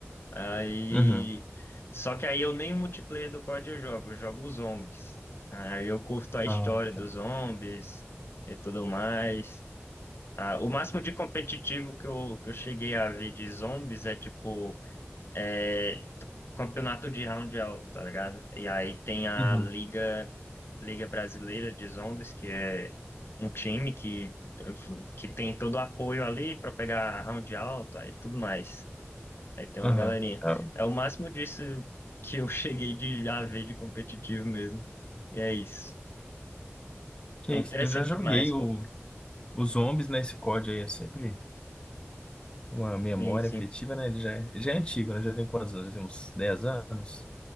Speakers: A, on the left; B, on the left.
A: Aí.
B: uhum.
A: Só que aí eu nem o multiplayer do COD eu jogo, eu jogo os zombies. Aí eu curto a
B: Ah,
A: história
B: tá.
A: dos zombies e tudo mais. Ah, o máximo de competitivo que eu, que eu cheguei a ver de zombies é tipo é t- campeonato de round alto, tá ligado? E aí tem a
B: Uhum,
A: Liga, Liga Brasileira de Zombies, que é um time que, que tem todo o apoio ali pra pegar round alto e tudo mais. Aí tem uma
B: uhum.
A: galerinha.
B: Ah,
A: É o máximo disso que eu <laughs> cheguei de a ver de competitivo mesmo. E é isso.
B: que
A: É interessante
B: isso. Eu já joguei
A: demais, pô.
B: o, os zombies, né? Esse código aí é sempre uma memória
A: Sim, sim.
B: afetiva, né? Ele já, é- já é antigo, né? Já tem quantos anos? Já tem uns 10 anos?